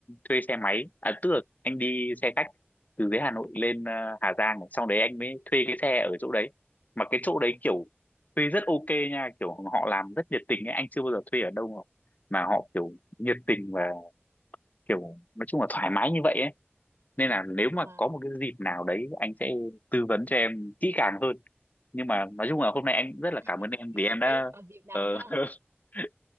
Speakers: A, on the left; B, on the right.
A: thuê xe máy à tức là anh đi xe khách từ dưới Hà Nội lên ờ, Hà Giang sau đấy anh mới thuê cái xe ở chỗ đấy mà cái chỗ đấy kiểu thuê rất ok nha kiểu họ làm rất nhiệt tình ấy anh chưa bao giờ thuê ở đâu mà mà họ kiểu nhiệt tình và kiểu nói chung là thoải mái như vậy ấy nên là
B: ừ.
A: nếu mà có một cái dịp nào đấy anh sẽ tư vấn cho em kỹ càng hơn nhưng mà nói chung là hôm nay anh cũng rất là
B: <laughs>
A: cảm ơn em vì em đã
B: Thế còn dịp nào
A: ờ,
B: nữa không?
A: <laughs>